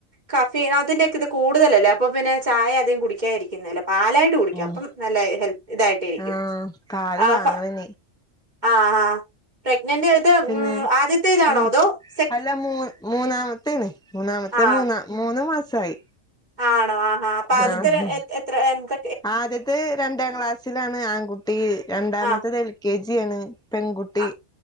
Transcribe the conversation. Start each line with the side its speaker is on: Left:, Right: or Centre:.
Right: കഫി അതിന്റെക്കെ ഇത് കൂടുതലല്ലേ അപ്പം പിന്നെ ചായ അധികം കുടിക്കായിരിക്കുന്നല്ലേ പാലായിട്ട് കുടിക്ക്
Centre: ആഹ്
Right: അപ്പം നല്ല ഹെൽത്ത് ഇതായിട്ടിരിക്കും
Centre: ആഹ് പാല്
Right: ആ
Centre: വാങ്ങണനി
Right: സ ആ ആ പ്രഗ്നന്റ് ഇത് ഉം
Centre: പിന്നെ
Right: ആദ്യത്തെ ഇതാണോ
Centre: ഉം
Right: അതോ സെ
Centre: അല്ല മൂ മൂന്നാമത്തണ് മൂന്നാമത്തെ
Right: ആ
Centre: മൂന്ന മൂന്ന് മാസായി
Right: ആണോ ആഹാ അപ്പം ആദ്യത്തെ
Centre: ആഹ്
Right: ര എ എം എത്ര എന്ത
Centre: ആദ്യത്തെ രണ്ടാം ക്ലാസ്സിലാണ് ആൺകുട്ടി രണ്ടാമത്തത്
Right: ആ
Centre: എൽ കെ ജി ആണ് പെൺകുട്ടി
Right: ആ